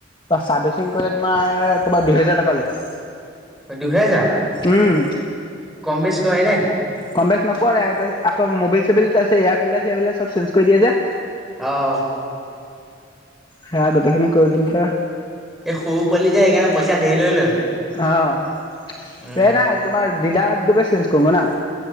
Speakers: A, on the left; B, in the centre.
A: চাৰ্ভিচিং কৰিলে তোমাৰ তোমাৰ দুহেজাৰ টকা লয়।
B: দুহেজাৰ?
A: উম
B: কম বেছ কৰে নে?
A: কম বেচ নকৰে তাৰপিছত মবিল চোবিল আছে এয়া ফিলটাৰ সেয়া ফিলটাৰ চব চে্ণ্জ কৰি দিয়া যে।
B: অ অ
A: সেয়া গোটেইখিনি কৰি দিম ত
B: এই সৰু পোৱালি যে সেইকাৰণে পইচা ধেৰলৈ লয়।
A: অ এই
B: উম,
A: নাই তোমাৰ দিলাৰ। <unintelligible> চেইনজ কৰো গৈ না।